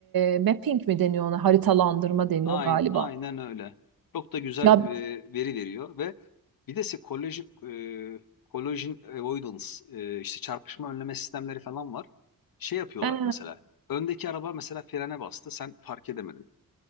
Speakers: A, on the right (about 80°); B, on the left (about 75°).
A: e, mapping mi deniyor ona? Haritalandırma deniyor
B: Aynen,
A: galiba.
B: aynen öyle. Çok da güzel
A: Ya
B: e, veri veriyor ve bir de size kolej- e, collision avoidance e, işte çarpışma önleme sistemleri falan var. Şey yapıyorlar
A: Ha,
B: mesela. Öndeki araba mesela frene bastı. Sen fark edemedin.